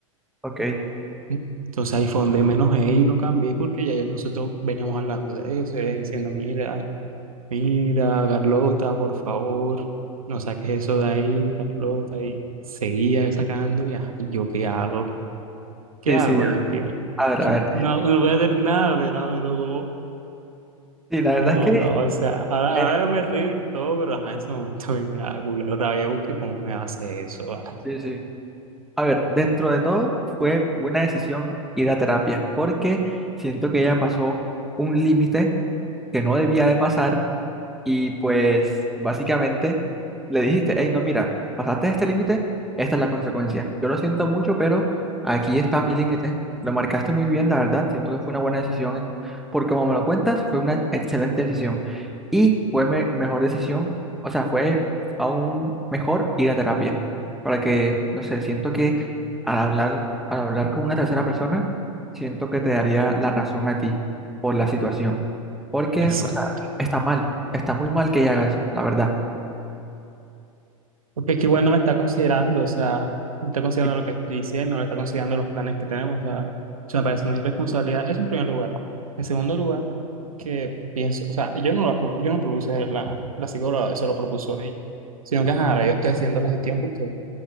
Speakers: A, in the centre; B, on the right.
A: Ok.
B: ¿sí? Entonces ahí fue donde menos y lo cambié porque ya yo- nosotros veníamos hablando de eso, ella diciendo, mira, mira, Carlota, por favor, no saques eso de ahí, Carlota, y seguía sacando, y ah, ¿y yo qué hago, qué
A: Sí,
B: hago,
A: sí, ya.
B: Jean-Pierre.
A: A ver, a ver.
B: No, no voy a hacer nada, ¿verdad? Me tocó.
A: Sí, la verdad
B: No,
A: es que,
B: no, o sea, ahora,
A: eh,
B: ahora yo me río y todo, pero ajá, en ese momento a mí me da culera rabia porque cómo me hace eso. ah.
A: sí, sí. A ver, dentro de todo, fue buena decisión ir a terapia, porque siento que ella pasó un límite que no debía de pasar Y pues básicamente le dijiste, hey, no, mira, pasaste este límite, esta es la consecuencia. Yo lo siento mucho, pero aquí está mi límite. Lo marcaste muy bien, la verdad. Siento que fue una buena decisión, en- porque como me lo cuentas, fue una excelente decisión. Y fue me- mejor decisión, o sea, fue aún mejor ir a terapia, para que, no sé, siento que al hablar, al hablar con una tercera persona, siento que te daría la razón a ti por la situación. Porque,
B: Exacto.
A: o sea, está mal. Está muy mal que ella haga eso, la verdad.
B: Porque es que igual no me está considerando, o sea, no está considerando
A: Sí,
B: lo que estoy diciendo, no está considerando los planes que tenemos, o sea, eso me parece una irresponsabilidad, eso en primer lugar. En segundo lugar, que pienso, o sea, yo no, la, pro- yo no propuse la, la psicóloga, eso lo propuso ella, sino que ajá, ahora yo estoy haciendo la gestión porque, o